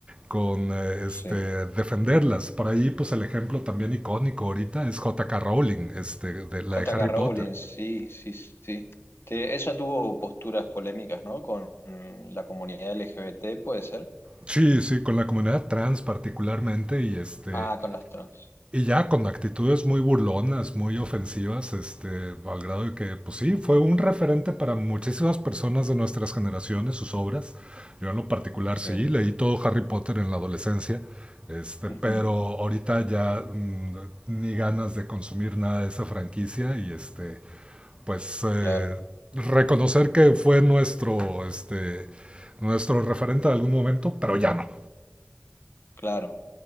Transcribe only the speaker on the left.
sí.
J
K Rowling,
sí, sí, sí. Te- ella tuvo posturas polémicas, ¿no? Con mm, la comunidad LGBT, ¿puede ser?
Ah, con las trans.
Sí.
Ujú.
Claro,
claro.